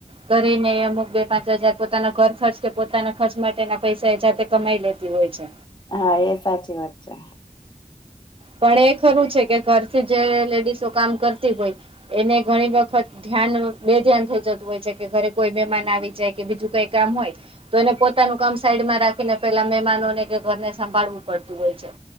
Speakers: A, on the right (about 45°); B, on the left (about 35°).
A: કરી ને અમુક બે પાંચ હજાર પોતાના ઘર ખરચ પોતાના ખર્ચ માટેના પૈસા એ જાતે કમાઈ લેતી હોય છે
B: હા એ સાચી વાત છે
A: પણ એ ખરું છે કે ઘરથી જે લેડીસો કામ કરતી હોય એને ઘણી વખત ધ્યાન બે ધ્યાન થઈ જતું હોય છે કે ઘરે કોઈ મહેમાન આવી જાય કે બીજું કઈ કામ હોય તો એને પોતાનું કામ સાઈડમાં રાખીને પેલા મહેમાનોને કે ઘરને સંભાળવું પડતું હોય છે